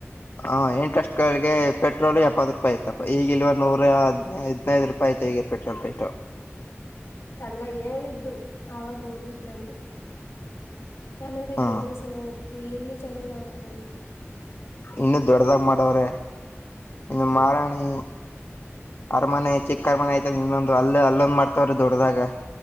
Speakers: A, on the left; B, on the left.
A: ಹ ಎಂಟು ವರ್ಷದ ಕೆಳಗೆ ಪೆಟ್ರೋಲ್ ಎಪ್ಪತ್ತು ರೂಪಾಯಿ ಆಐತಪ ಈಗಿಲ್ವ ನೂರ ಹದ್ ಹದ್ನೈದು ರೂಪಾಯಿ ಪಾಯ ತಗ ಪಟ್ಟ ರಟಾ
B: ಅಲ್ಲ ಹೇಳಿದ್ದು ಆಗ ಹೋಗಿದ್ದಂತ ಚೆನ್ನಾಗಯ್ತು
A: ಹಾ
B: ಇನ್ನೊ ಸಲ ಹೋಗ್ಬೇಕು ಇನ್ನು ಚೆನ್ನಾಗ್ ಮಾಡಾರಂತೆ
A: ಇನ್ನುೂ ದೊಡ್ಡದಾಗ್ ಮಾಡವ್ರೆ ಇನ್ನು
B: ಹ್ಮ್
A: ಮಾರಾಣಿ ಅರಮನೆ ಚಿಕ್ಕ ಅರಮನೆ ಆಯತಲ್ಲ ಇನ್ನೊಂದು ಅಲ್ಲ ಅೊಂದ್ ಮಾಡ್ತವ್ರೀ ದೊಡ್ಡ್ದಾಗ